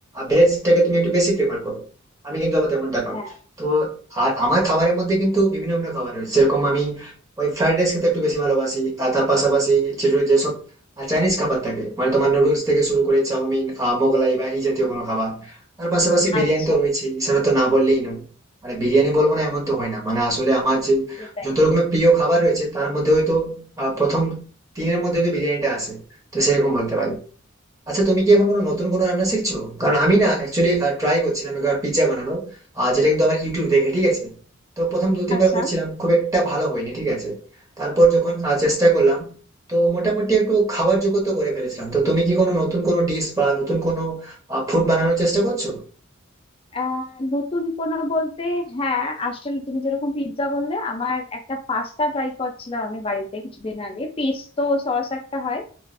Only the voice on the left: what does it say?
হ্যাঁ
আচ্ছা
সেটাই
আচ্ছা
আহ নতুন কোনো বলতে হ্যাঁ আসলে তুমি যেরকম পিৎজা বললে আমার একটা পাস্তা ট্রাই করছিলাম আমি বাড়িতে কিছুদিন আগে পেস্তো সস একটা হয়